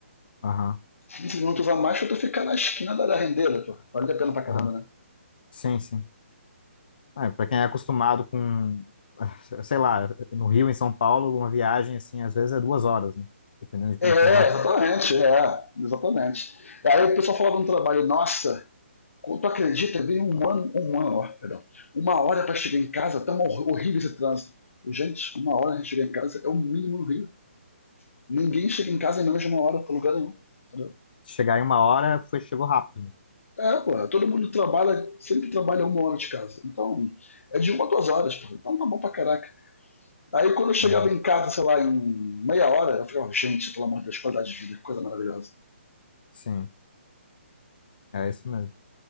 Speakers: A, on the left (about 45°); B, on the left (about 80°).
A: aham,
B: 15 minutos a mais pra tu ficar na esquina da, da rendeira, pô. Vale a pena pra caramba,
A: aham,
B: né?
A: sim, sim. Ah, para quem é acostumado com, <laughs> ah, sei lá, no Rio, em São Paulo, uma viagem assim, às vezes é duas horas, né? Dependendo de
B: É,
A: onde tu vai.
B: exatamente, é, exatamente. Aí o pessoal falava no trabalho, nossa, quando tu acredita, veio um ano, um ano, ó, perdão, uma hora pra chegar em casa, tão hor- horrível esse trânsito. Gente, uma hora a gente chegar em casa é o mínimo no Rio. Ninguém chega em casa em menos de uma hora pra lugar nenhum. Entendeu?
A: Chegar em uma hora, foi, chegou rápido. né?
B: É, pô, todo mundo trabalha, sempre trabalha uma hora de casa. Então, é de uma a duas horas, pô. Então tá bom pra caraca. Aí quando eu chegava
A: Uhum.
B: em casa, sei lá, em meia hora, eu ficava, gente, pelo amor de Deus, qualidade de vida, que coisa maravilhosa.
A: Sim, é isso mesmo.